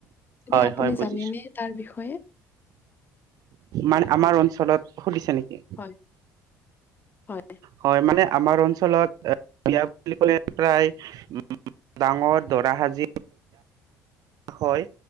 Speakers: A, on the left; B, on the right.
A: এ
B: হয়
A: আপুনি
B: হয় বুজিছো
A: জানেনে তাৰ বিষয়ে?
B: মানে আমাৰ অঞ্চলত সুধিছে নেকি?
A: হয়, হয়,
B: হয় মানে আমাৰ অঞ্চলত বুলি কলে প্ৰায় ডাঙৰ দৰা সাজি হয়